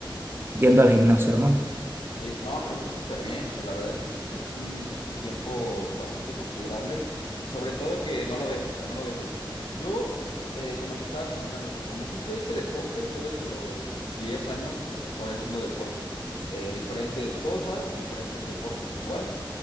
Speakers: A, on the right (about 25°); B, on the left (about 75°).
A: yendo al gimnasio, hermano?
B: Sí, no, pero está súper bien, o sea, la verdad es que es, es un, es un tiempo bastante considerable y sobre todo que no lo dejes, que no lo dejes. Yo, eh, eh, como te estaba comentando, o sea, como siempre he hecho deporte, yo desde los 10 años estoy haciendo deporte, Eh, diferentes cosas, diferentes deportes igual,